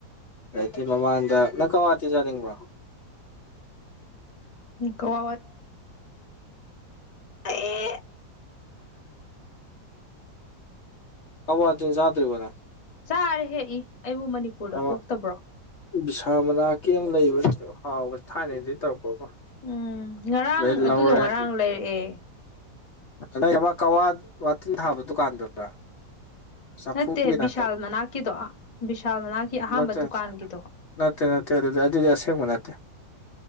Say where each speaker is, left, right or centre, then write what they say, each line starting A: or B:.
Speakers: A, on the left; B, on the left.
A: ꯑꯗꯤ ꯃꯃꯥꯡꯗ ꯅꯪ ꯀꯋꯥꯇꯤꯖꯥꯅꯤꯡꯕ꯭ꯔꯣ
B: ꯀꯋꯥꯕꯠ ꯑꯩ
A: ꯑꯋꯥ ꯊꯤꯟꯖꯥꯗ꯭ꯔꯤꯕꯗ
B: ꯆꯥꯔꯦ ꯍꯦꯛꯏ ꯑꯩꯕꯨ ꯃꯅꯤꯄꯨꯔꯗ
A: ꯑꯃ
B: ꯄꯣꯛꯇꯕ꯭ꯔꯣ
A: ꯕꯤꯁꯥ ꯃꯅꯥ ꯀꯦꯝ ꯂꯩꯕꯕꯁꯤꯁꯨ ꯍꯥꯎꯕ ꯊꯥꯏꯅꯩꯗꯒꯤ ꯇꯧꯔꯛꯄ ꯑꯃ
B: ꯎꯝ ꯉꯔꯥꯡ
A: ꯁꯤꯗꯩ
B: ꯑꯗꯨꯗꯣ
A: ꯂꯧꯔꯦ
B: ꯉꯔꯥꯡ ꯂꯩꯔꯛꯑꯦ
A: ꯅ ꯀꯋꯥ ꯋꯥꯇꯤꯟ ꯊꯥꯕ ꯗꯨꯀꯥꯟꯗꯨꯗ꯭ꯔꯥ ꯁꯐꯨꯒꯤ
B: ꯅꯠꯇꯦ
A: ꯗꯜ
B: ꯕꯤꯁꯥꯜ ꯃꯅꯥꯛꯀꯤꯗꯣ ꯕꯤꯁꯥꯜ ꯃꯅꯥꯛꯀꯤ ꯑꯍꯥꯟꯕ
A: ꯅꯠꯇ
B: ꯗꯨꯀꯥꯟꯒꯤꯗꯣ
A: ꯅꯠꯇꯦ ꯅꯠꯇꯦ ꯑꯗꯨꯗꯤ ꯑꯗꯨꯗꯤꯑꯁꯦꯡꯕ ꯅꯠꯇꯦ